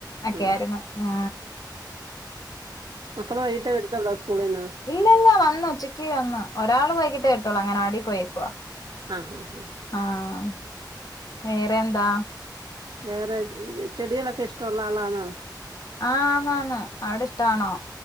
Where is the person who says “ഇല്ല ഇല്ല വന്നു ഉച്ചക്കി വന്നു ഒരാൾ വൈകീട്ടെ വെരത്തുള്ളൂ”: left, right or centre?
Left